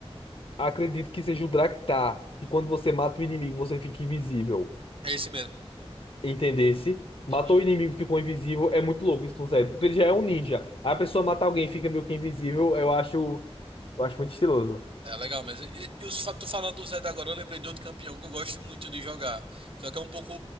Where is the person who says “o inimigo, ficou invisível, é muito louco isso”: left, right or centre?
Left